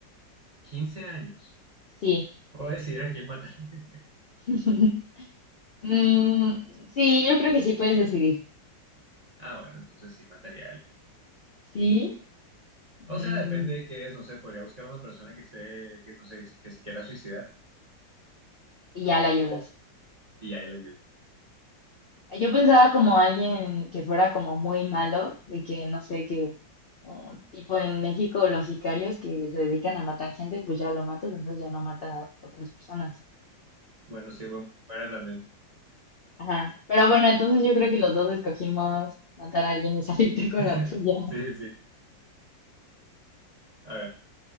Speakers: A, on the right; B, on the left.
A: quince años.
B: Sí.
A: Puedo decidir a quién matar. <laughs>
B: <laughs> Mm, sí, yo creo que sí puedes decidir.
A: Ah, bueno, entonces sí mataría a alguien.
B: Sí. Mm,
A: O sea, depende de qué es, no sé, podría buscar a una persona que esté, que no sé, que se quiera suicidar
B: y ya la ayudas.
A: o- y ahí le ayudo.
B: Yo pensaba como alguien que fuera como muy malo, de que no sé, que uh, tipo en México los sicarios que se dedican a matar gente, pues ya lo matas, entonces ya no mata a otras personas.
A: Bueno, sí, bu- buena también.
B: Ajá. Pero bueno, entonces yo creo que los dos escogimos matar a alguien y <laughs> salirte con
A: <laughs>
B: la tuya.
A: Sí, sí. A ver,